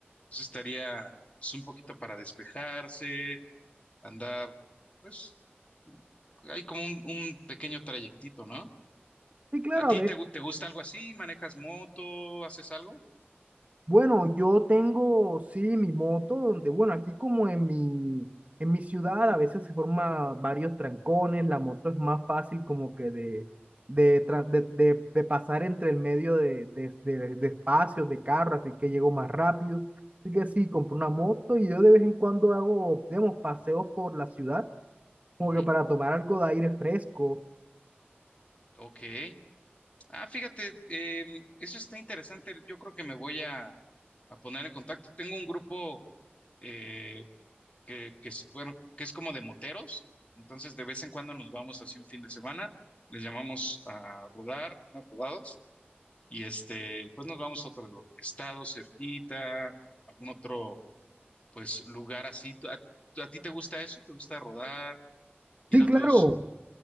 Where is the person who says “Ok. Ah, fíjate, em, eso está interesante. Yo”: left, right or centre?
Left